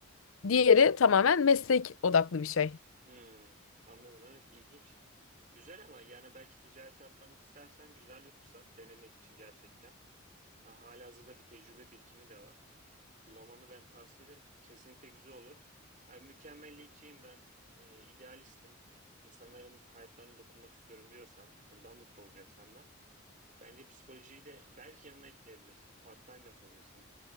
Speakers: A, on the left; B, on the right.
A: diğeri tamamen meslek odaklı bir şey.
B: hı. Anladım evet ilginç. Güzel ama yani belki ticarete atlamak istersen güzel bir fırsat denemek için gerçekten. Ha, halihazırda bir tecrübe birikimi de var. Kullanmanı ben tavsiye ederim. Kesinlikle güzel olur. Ha, mükemmeliyetçiyim ben, e, idealistim. İnsanların hayatlarına dokunmak istiyorum diyorsan, bundan mutlu olacaksan da bence psikolojiyi de belki yanına ekleyebilirsin. Part-time yapabilirsin.